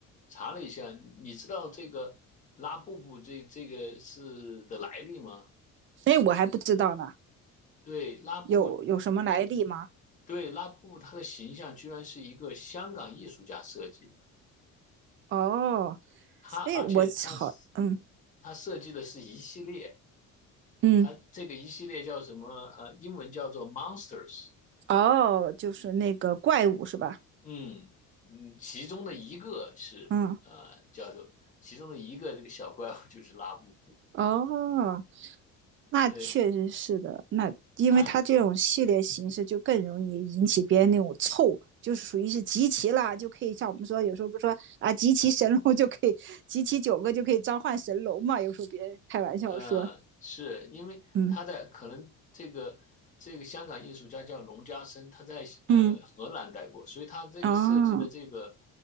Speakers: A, on the left; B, on the right.
A: 查了一下，你知道这个拉布布这这个是的来历吗？
B: 哎，我还不知道呢。
A: 对，拉布布，
B: 有有什么来历吗？
A: 对，拉布布他的形象居然是一个香港艺术家设计的，
B: 哦，
A: 他而且他是
B: 哎，我好，嗯
A: 他设计的是一系列，
B: 嗯，
A: 他这个一系列叫什么？呃，英文叫做 Monsters。
B: 哦，就是那个怪物是吧？
A: 嗯嗯，其中的一个是呃叫做其中的一个这个小怪物就是拉布布，
B: 嗯，哦，那确实是的，
A: 对
B: 那因为它这种系列形式就更容易引起别人那种凑。
A: 他
B: 就是属于是集齐啦，就可以像我们说，有时候不说啊，集齐神龙就可以，集齐九个就可以召唤神龙嘛。有时候别人开玩笑说，
A: 呃是因为他在可能这个这个香港艺术家叫龙家森，
B: 嗯
A: 他在呃荷兰待过，
B: 嗯，
A: 所以他这个设计的这个
B: 哦，